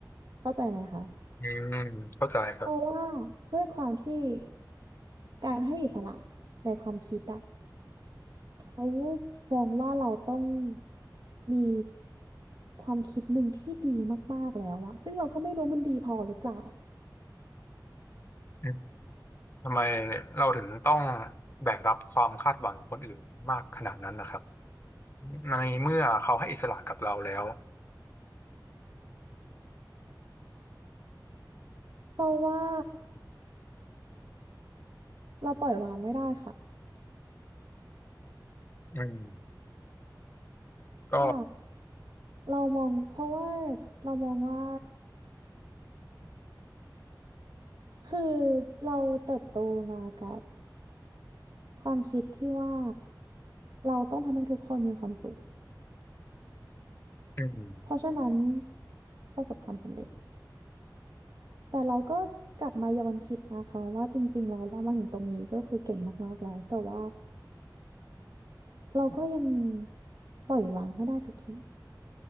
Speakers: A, on the right; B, on the left.
A: เข้าใจไหมคะ
B: อืมเข้าใจครับ
A: เพราะว่าด้วยความที่การให้อิสระในความคิดอะ เขามองว่าเราต้องมีความคิดหนึ่งที่ดีมากๆแล้วอะซึ่งเราก็ไม่รู้มันดีพอหรือเปล่า
B: อืมทำไมเราถึงต้องแบกรับความคาดหวังของคนอื่นมากขนาดนั้นนะครับในเมื่อเขาให้อิสระกับเราแล้ว
A: เพราะว่าเราปล่อยวางไม่ได้ค่ะ
B: อืมก็
A: ถ้าเรามองเพราะว่าเรามองว่าคือเราเติบโตมากับความคิดที่ว่าเราต้องทำให้ทุกคนมีความสุข
B: อืม
A: เพราะฉะนั้นประสบความสำเร็จแต่เราก็กลับมาย้อนคิดนะคะว่าจริงๆแล้วเรามาถึงตรงนี้ก็คือเก่งมากๆแล้วแต่ว่า เราก็ยังปล่อยวางไม่ได้สักที